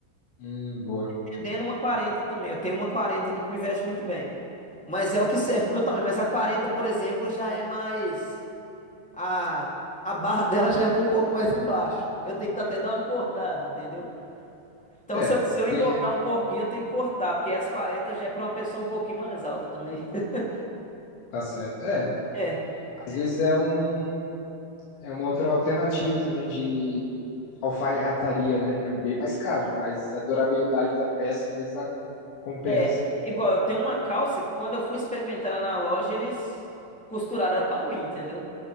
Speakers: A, on the left; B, in the centre.
A: Hum, boa.
B: Tendendo uma 40 também. Eu tenho uma 40 aqui que me veste muito bem. Mas é o que serve pro meu tamanho. Mas a 40, por exemplo, já é mais. A, a barra <laughs> dela já é um pouco mais embaixo. Eu tenho que até dar uma cortada, entendeu? Então,
A: É,
B: se eu, se eu
A: tem,
B: engordar um pouquinho, eu tenho que cortar, porque as 40 já é pra uma pessoa um pouquinho mais alta também. <laughs>
A: tá certo. É,
B: É.
A: às vezes é um, é uma outra alternativa também de alfaiataria, né? É bem mais caro, mas a durabilidade da peça às vezes ela compensa.
B: É, Igual, eu tenho uma calça que quando eu fui experimentar na loja, eles costuraram pra mim, entendeu?